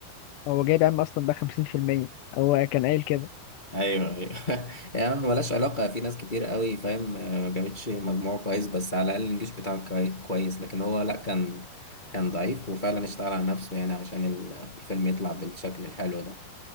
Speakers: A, on the left; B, on the left.
A: هو جايب عم اصلا بقى 50% هو كان قايل كده
B: ايوه ايوه <laughs> يا عم ملهاش علاقه في ناس كتير قوي فاهم آه، ما جابتش مجموع كويس بس على الاقل الانجليش بتاعه كوي- كويس لكن هو لا كان كان ضعيف وفعلا اشتغل على نفسه يعني عشان ال- الفيلم يطلع بالشكل الحلو ده